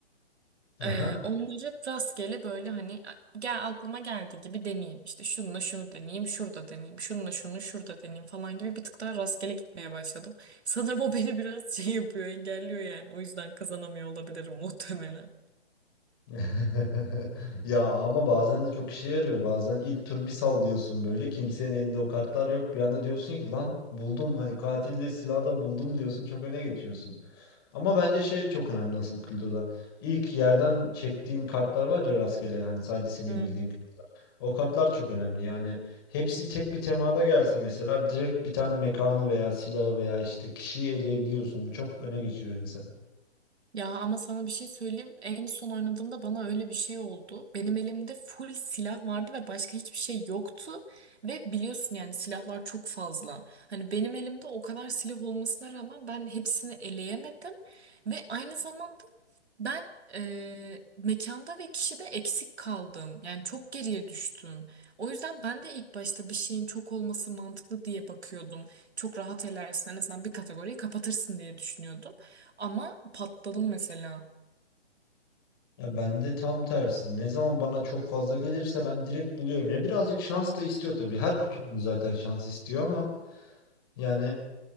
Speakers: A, on the left; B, on the right.
A: Aha.
B: Ee, onları rastgele böyle hani "A- gel aklıma geldi gibi deneyeyim. İşte şununla şunu deneyeyim, şurada deneyeyim, şununla şunu şurada deneyeyim falan gibi bir tık daha rastgele gitmeye başladım. <laughs> Sanırım o beni biraz şey yapıyor, engelliyor yani. O yüzden kazanamıyor olabilirim muhtemelen.
A: <laughs> Ya ama bazen de çok işe yarıyor. Bazen ilk tur bir sallıyorsun böyle. Kimsenin elinde o kartlar yok. Bir anda diyorsun ki lan buldum hani katil de silahı da buldum diyorsun. Çok öne geçiyorsun. Ama bence şey çok önemli nasıl Kildo'da. İlk yerden çektiğin kartlar var ya rastgele hani sadece senin
B: Hmm.
A: bildiğin kartlar. O kartlar çok önemli. Yani hepsi tek bir temada gelse mesela direkt bir tane mekanı veya silahı veya işte kişiyi eleyebiliyorsun. Bu çok öne geçiriyor insanı.
B: Ya ama sana bir şey söyleyeyim. En son oynadığımda bana öyle bir şey oldu. Benim elimde full silah vardı ve başka hiçbir şey yoktu. Ve biliyorsun yani silahlar çok fazla. Hani benim elimde o kadar silah olmasına rağmen ben hepsini eleyemedim. Ve aynı zamanda ben e, mekanda ve kişide eksik kaldım. Yani çok geriye düştüm. O yüzden ben de ilk başta bir şeyin çok olması mantıklı diye bakıyordum. Çok rahat elersin en azından bir kategoriyi kapatırsın diye düşünüyordum. Ama patladım mesela.
A: Ya bende tam tersi. Ne zaman bana çok fazla gelirse ben direkt buluyorum. Ya birazcık şans da istiyor tabii. Her kutucu zaten şans istiyor ama yani